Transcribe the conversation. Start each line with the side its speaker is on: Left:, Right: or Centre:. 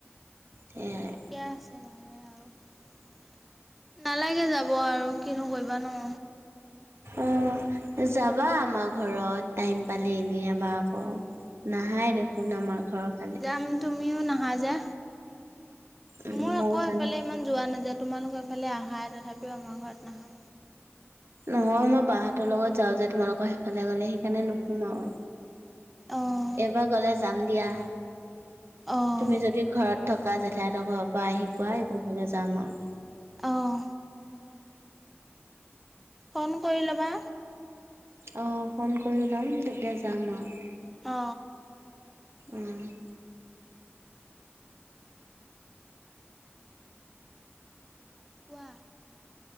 Right: সেয়াই
Centre: ঠিকে আছে নহ'লে আৰু। নালাগে যাব আৰু কিনো কৰিবা ন।
Right: অ, যাবা আমাৰ ঘৰত টাইম পালে এনে এবাৰ আকৌ। নাহায়ে দেখোন আমাৰ ঘৰৰ ফালে।
Centre: যাম তুমিও নাহা যে।
Right: উম
Centre: মোৰ
Right: ময়ো
Centre: আকৌ
Right: যাম
Centre: এইফালে ইমান যোৱা নাযায়। তোমালোকৰ ইফালে আহা তথাপিও আমাৰ ঘৰত নাহা।
Right: নহয় মই বা হতঁৰ লগত যাওঁ যে তোমালোকৰ সেইফালে গলে সেইকাৰণে নুশুমাও।
Centre: অঁ
Right: এইবাৰ গলে যাম দিয়া।
Centre: অঁ
Right: তুমি যদি ঘৰত থকা জেঠাইহতৰ ঘৰৰ পৰা আহি পায় ঘৰলে যাম আৰু।
Centre: অঁ ফোন কৰি ল'বা।
Right: অ, ফোন কৰি লম তেতিয়া যাম আৰু।
Centre: অ।
Right: উম, <unintelligible>
Centre: কোৱা।